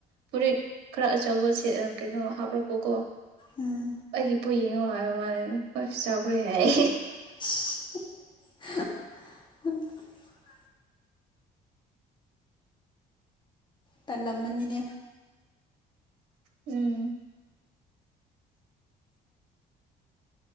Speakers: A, on the right; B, on the left.
A: ꯐꯨꯔꯤꯠ ꯈꯔ ꯑꯆꯧꯕ ꯀꯩꯅꯣ ꯍꯥꯞꯂꯛꯄꯣꯀꯣ
B: ꯎꯝ
A: ꯑꯩ ꯄꯨꯏꯉꯣ ꯍꯥꯏꯕ ꯃꯥꯜꯦꯗ ꯑꯩꯣꯏꯁꯨ ꯆꯥꯎꯈ꯭ꯔꯦ ꯍꯥꯏ
B: <unintelligible> ꯇꯜꯂꯝꯃꯅꯤꯅꯦ
A: ꯎꯝ